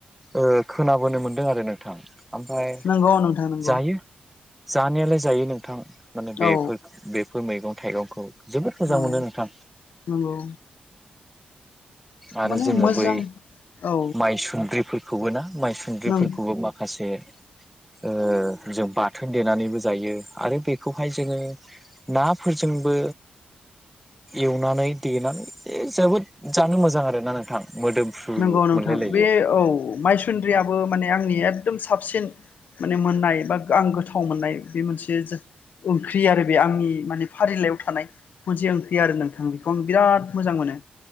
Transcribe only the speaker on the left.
नंगौ नोंथां नंगौ
औ
औ
नंगौ
माने
मोजां
औ
नों
नंगौ नोंथां
बे औ मायसुन्द्रियाबो माने आंनि एकदम साबसिन माने मोननाय बा आं गोथाव मोननाय बे मोनसे जा ओंख्रि आरो बे आंनि माने फारिलाइयाव थानाय मोनसे ओंख्रि आरो नोंथां बेखौ आं बिराद मोजां मोनो